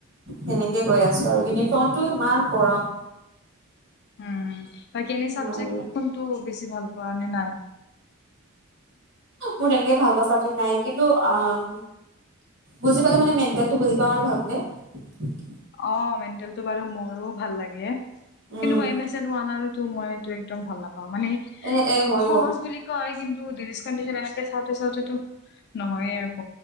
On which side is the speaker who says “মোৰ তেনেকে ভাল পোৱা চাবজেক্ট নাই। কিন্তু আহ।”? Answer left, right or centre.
Right